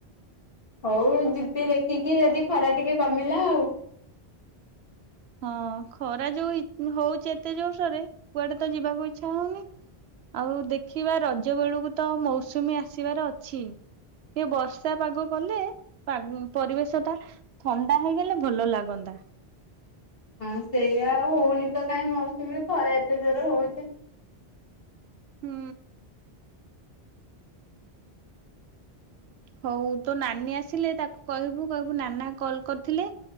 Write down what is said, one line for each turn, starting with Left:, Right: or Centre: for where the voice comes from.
Left: ହଉ ଯିବି ଦେଖିକି ଯଦି ଖରା ଟିକେ କମିଲା ଆଉ।
Right: ହଁ, ଖରା ଯୋଉ ହଉଛି ଏତେ ଜୋର୍ ସିଆଡେ କୁଆଡେ ତ ଯିବାକୁ ଇଚ୍ଛା ହଉନି। ଆଉ ଦେଖିବା ରଜ ବେଳକୁ ତ ମୌସୁମୀ ଆସିବାର ଅଛି। କି ବର୍ଷା ପାଗ କଲେ ପରିବେଶ ଟା ଥଣ୍ଡା ହେଇଗଲେ ଭଲ ଲାଗନ୍ତା।
Left: ହଁ, ସେଇଆ ଆଉ ହଉନି ତ କାଇହିଁ ମୌସୁମୀ ଖରା ଏତେ ଜୋର ହଉଛି।
Right: ହୁଁ। ହଉ ତୋ ନାନୀ ଆସିଲେ ତାକୁ କହିବୁ କହିବୁ ନାନା କଲ କରିଥିଲେ।